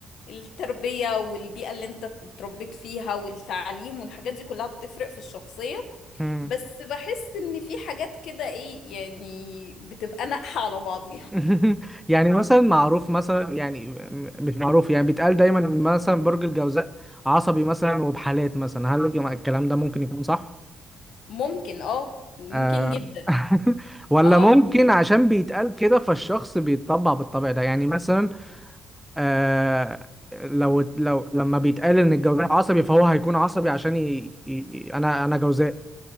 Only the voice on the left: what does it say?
التربية والبيئة اللي انت اتربيت فيها والتعليم والحاجات دي كلها بتفرق في الشخصية
بس بحس ان في حاجات كده ايه يعني بتبقى ناقحة على بعضيها
ممكن اه ممكن
جدا
اه
ايه